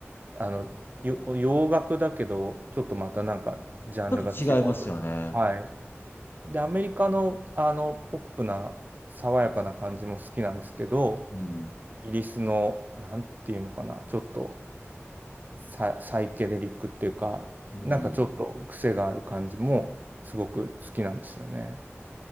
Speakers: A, on the right; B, on the left.
A: あの、よ洋楽だけど、ちょっとまたなんか、ジャンルが違う。
B: ちょっと違いますよね。
A: はい。で、アメリカの、あの、ポップな、爽やかな感じも好きなんですけど、
B: うん。うん。
A: イギリスの、なんていうのかな、ちょっとサ、サイケデリックっていうか、
B: うん
A: なんかちょっと癖がある感じも、すごく好きなんですよね。